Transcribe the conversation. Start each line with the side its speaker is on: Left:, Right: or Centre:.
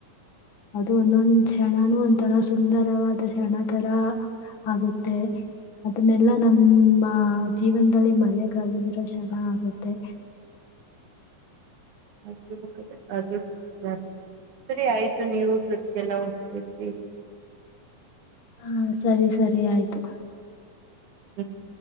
Left: ಅದು ಒಂದೊಂದ್ ಕ್ಷಣನೂ ಒಂತರ ಸುಂದರವಾದ ಕ್ಷಣ ತರ ಆಗುತ್ತೆ. ಅದನ್ನೆಲ್ಲಾ ನಮ್ಮ ಜೀವನದಲ್ಲಿ ಮರೆಯಕ ಆಗಿದಿರೋ ಶ್ಷಣ ಆಗತ್ತೆ.
Right: <inaudible> <unintelligible> ಅದು ನಿಜಾನೆ. ಸರಿ ಆಯ್ತು ನೀವು ಟ್ರಿಪ್ಗೆಲ್ಲ ಹೋಗ್ತಿದಿ.
Left: ಹಾ ಸರಿ ಸರಿ ಆಯ್ತು.
Right: ಹ್ಮ್.